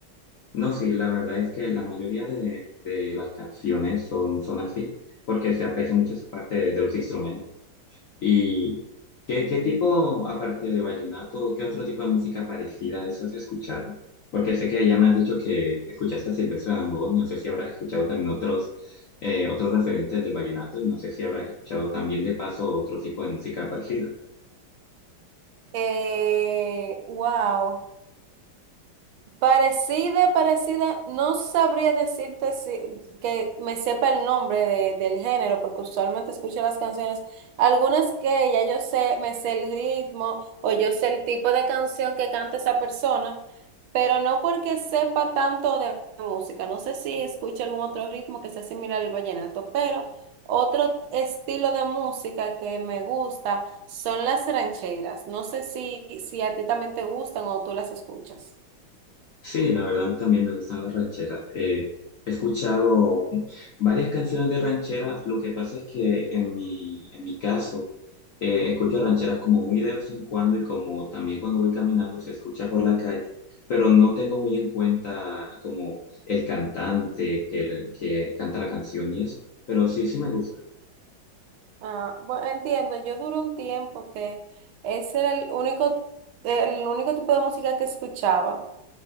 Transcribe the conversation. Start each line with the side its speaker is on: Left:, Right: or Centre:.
Left: No, sí, la verdad es que la mayoría de, de las canciones son, son así, porque se aprecia mucho esa parte de, de los instrumentos. ¿Y qué, qué tipo, aparte de vallenato, qué otro tipo de música parecida a eso has escuchado? Porque sé que ya me has dicho que escuchaste a Silvestre Dangond, y no sé si habrás escuchado también otros, eh, otros referentes del vallenato, y no sé si habrás escuchado también de paso otro tipo de música parecida.
Right: Eh, wow. Parecida, parecida, no sabría decirte si, que me sepa el nombre de- del género, porque usualmente escucho las canciones, algunas que ya yo sé, me sé el ritmo o yo sé el tipo de canción que canta esa persona, pero no porque sepa tanto de música, no sé si escucho algún otro ritmo que sea similar al vallenato, pero otro estilo de música que me gusta son las rancheras, no sé si, si a ti también te gustan o tú las escuchas.
Left: Sí, la verdad a mí también me gustan las rancheras. Eh, he escuchado varias canciones de ranchera. Lo que pasa es que en mi, en mi caso, eh, escucho rancheras como muy de vez en cuando y como también cuando voy caminando se escucha por la calle, pero no tengo muy en cuenta como el cantante que, le- que canta la canción y eso. Pero sí, sí me gusta.
Right: Ah, bueno, entiendo, yo duré un tiempo que ese era el único, el único tipo de música que escuchaba.